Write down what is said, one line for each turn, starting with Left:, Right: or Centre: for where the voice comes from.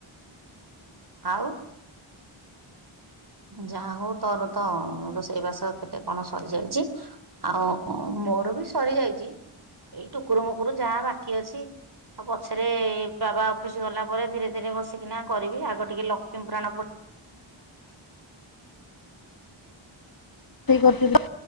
Right: ଆଉ ଯାହା ହଉ ତୋର ତ ରୋଷେଇ ବାସ କେତେ କଣ ସରିଯାଇଚି। ଆଉ ମୁଁ ମୋର ବି ସରି ଯାଇଚି। ଏଇ ଟୁକୁର ମୁକୁରୁ ଯାହା ବାକି ଅଛି। ଆଉ ପଛରେ ବାବା ଅଫିସ୍ ଗଲା ପରେ ଧୀରେ ଧୀରେ ବସିକିନା କରିବି। ଆଗ ଟିକେ ଲକ୍ଷ୍ମୀପୁରାଣ ପ
Left: ରୋଷେଇ କରିଚୁ ତ?